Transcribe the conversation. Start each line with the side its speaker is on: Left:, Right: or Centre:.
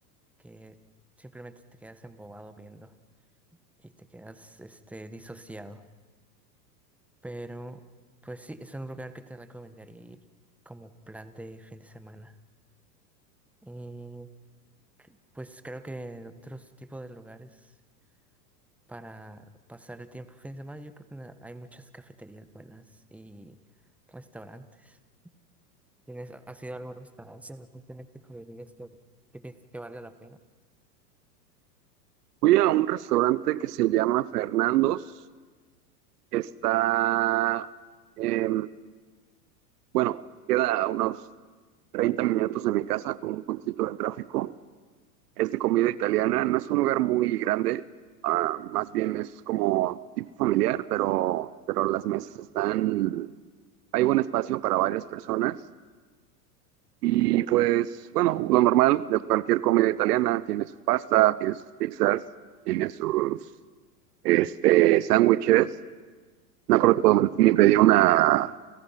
Centre: que simplemente te quedas embobado viendo y te quedas, este, disociado. Pero, pues sí, es un lugar que te recomendaría ir como plan de fin de semana. Y pues creo que otros tipos de lugares. para pasar el tiempo fin de semana. Yo creo que na- hay muchas cafeterías buenas y restaurantes. ¿Tienes, has ido a algún restaurante recientemente que digas que, que piensas que valga la pena?
Right: Fui a un restaurante que se llama Fernando's, que está, eh, bueno, queda a unos 30 minutos de mi casa con un poquito de tráfico. es de comida italiana. No es un lugar muy grande, ah, más bien es como tipo familiar, pero, pero las mesas están, hay buen espacio para varias personas. Y pues, bueno, lo normal de cualquier comida italiana, tiene su pasta, tiene sus pizzas, tiene sus este, sándwiches. Me acuerdo que me pedí una,